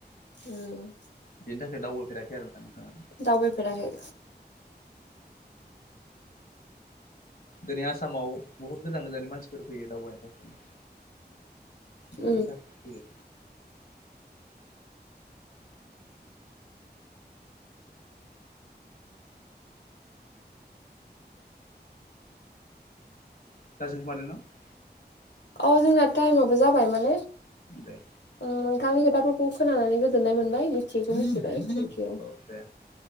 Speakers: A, on the left (about 85°); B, on the left (about 55°).
A: औ।
B: बेनि थाखाय दावबोफेराखै आरो नोंथाङा?
A: दावबाय फेराखै।
B: दिनै आसामाव बहुत गोजान गोजाननि मानसिफोर फैयो दावबायनो थाखाय। बेफोरनि
A: उम
B: थाखाय फैयो। <unintelligible> न?
A: औ जोंना टाइमाबबो जाबाय माने
B: दे।
A: ओम नोंथांनि खोथाफोरखौ खोनानानै गोजोननाय मोनबाय, मिथियैखौ मिथिबाय। थेंकिउ।
B: औ दे